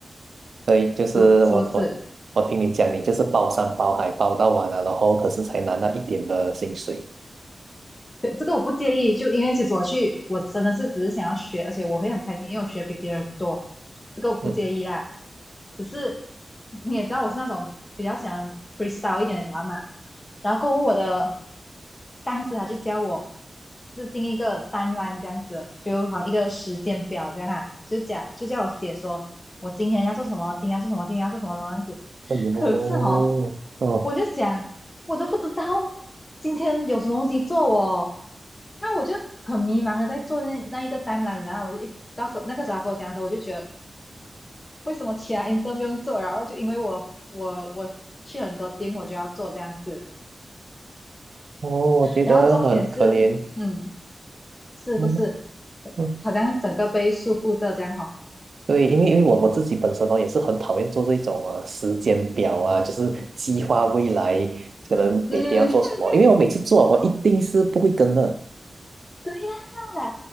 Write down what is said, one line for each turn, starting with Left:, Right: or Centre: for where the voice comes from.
Right: 对，就是我我我听你讲，
Left: 就是不是？
Right: 你就是包山包海包到完了，然后可是才拿那一点的薪水。
Left: 对，这个我不介意，就因为其实我去，我真的是只是想要学，而且我会很开心，因为我学比别人多，这个我不介意啦。
Right: 嗯，
Left: 只是你也知道我是那种比较想 freestyle 一点的人嘛，然后过后我的上司他就教我制定一个 timeline 这样子，就好像一个时间表这样啊，就讲就叫我写说我今天要做什么，今天要做什么，今天要做什么这样子。
Right: 哎呦，
Left: 可是哦，
Right: 哦
Left: 我就想我都不知道今天有什么东西做哦。那我就很迷茫的在做那那一个 timeline，然后我就一到时候那个时候他跟我讲的时候，我就觉得为什么其他 i n t e r 不用做，然后就因为我我我去很多 team 我就要做这样子，
Right: 哦，我觉得很可怜。
Left: 然后重点是，嗯，是不是
Right: 嗯嗯
Left: 好像整个被束缚着这样哈、哦
Right: 对，因为因为我我自己本身呢也是很讨厌做这种啊时间表啊，就是计划未来可能每天要做什么，
Left: 嗯，<laughs>
Right: 因为我每次做哦我一定是不会跟的。
Left: 对啦，